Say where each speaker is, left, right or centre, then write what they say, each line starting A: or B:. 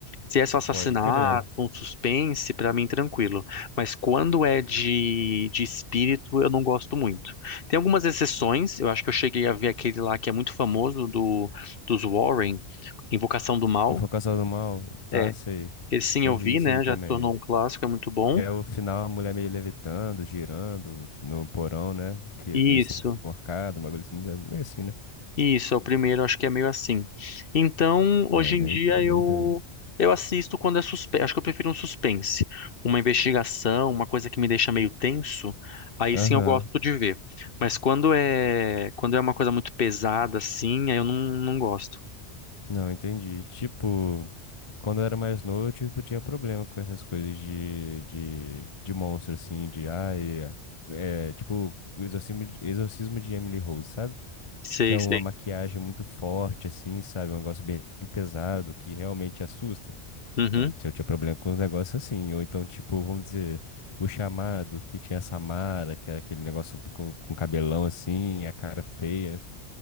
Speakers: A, on the left; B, on the left.
A: Se é só assassinato,
B: pode crer.
A: um suspense, pra mim tranquilo. Mas quando é de, de espírito, eu não gosto muito. Tem algumas exceções, eu acho que eu cheguei a ver aquele lá que é muito famoso do, dos Warren, Invocação do Mal.
B: O Invocação do Mal, tá,
A: É,
B: sei.
A: esse sim
B: Eu
A: eu
B: vi
A: vi,
B: isso
A: né?
B: aí também.
A: Já tornou um clássico, é muito bom.
B: Que é o final, a mulher meio levitando, girando no porão, né? Que
A: Isso.
B: é meio sendo enforcada, uma coisa assim, meio assim, né?
A: Isso, é o primeiro, acho que é meio assim. Então, hoje
B: É,
A: em
B: meio,
A: dia
B: meio
A: eu
B: doido.
A: eu assisto quando é suspense. Acho que eu prefiro um suspense, uma investigação, uma coisa que me deixa meio tenso. Aí
B: Aham,
A: sim eu gosto de ver. Mas quando é quando é uma coisa muito pesada assim, aí eu não, não gosto.
B: Não, entendi. Tipo, quando eu era mais novo, tipo, tinha problema com essas coisas de, de, de monstro, assim, de, ai, é, é, tipo, o exorcismo de, exorcismo de Emily Rose, sabe?
A: Sei,
B: que é uma
A: sei.
B: maquiagem muito forte, assim, sabe? Um negócio bem pesado que realmente assusta.
A: Uhum.
B: Então, eu tinha problema com os negócios assim. Ou então, tipo, vamos dizer, o chamado que tinha a Samara, que era aquele negócio com, com cabelão assim, a cara feia.